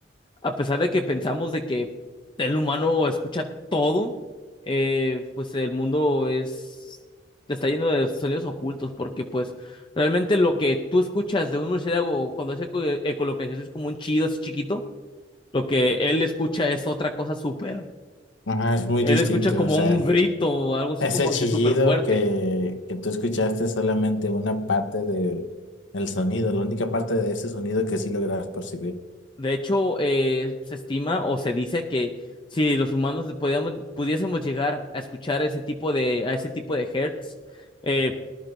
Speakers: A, on the left; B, on the left.
A: a pesar de que pensamos de que el humano escucha todo, eh, pues el mundo es está lleno de sonidos ocultos porque pues realmente lo que tú escuchas de un murciélago cuando hace eco- ecolocalización es como un chido así chiquito Lo que él escucha es otra cosa súper.
B: Ajá, es muy
A: Él
B: distinto,
A: escucha como
B: o sea,
A: un grito, algo así
B: ese
A: como
B: chillido
A: que súper fuerte.
B: que, que tú escuchaste es solamente una parte de el sonido, la única parte de ese sonido que sí logras percibir.
A: De hecho, eh, se estima o se dice que si los humanos podíamos- pudiésemos llegar a escuchar ese tipo de, a ese tipo de hertz, eh,